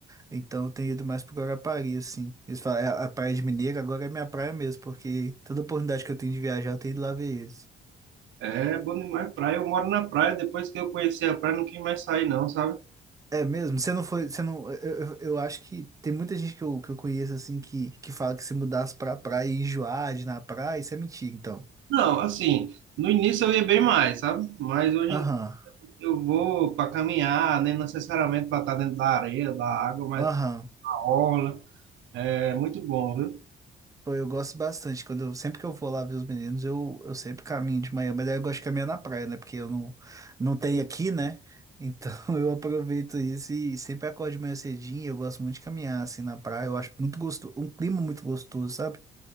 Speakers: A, on the right; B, on the right.
A: Então eu tenho ido mais pro Guarapari, assim. Eles falam, "É, a Praia de Mineiro agora é minha praia mesmo, porque toda oportunidade que eu tenho de viajar, eu tenho ido lá ver eles.
B: É bom demais praia. Eu moro na praia, depois que eu conheci a praia, não quis mais sair, não, sabe?
A: É mesmo? Você não foi. Você não, eu, eu eu acho que tem muita gente que eu, que eu conheço assim que, que fala que se mudasse pra praia e enjoar de ir na praia, isso é mentira, então.
B: Não, assim, no início eu ia bem mais, sabe? Mas hoje
A: Aham.
B: em dia eu vou para caminhar, nem necessariamente para estar dentro da areia, da água, mas
A: Aham.
B: na orla. É muito bom, viu?
A: Pô, eu gosto bastante. Quando eu- sempre que eu vou lá ver os meninos, eu, eu sempre caminho de manhã, mas aí eu gosto de caminhar na praia, né? Porque eu não, não tenho aqui, né? Então <laughs> eu aproveito isso e sempre acordo de manhã cedinho. Eu gosto muito de caminhar assim na praia. Eu acho muito gostoso, um clima muito gostoso, sabe?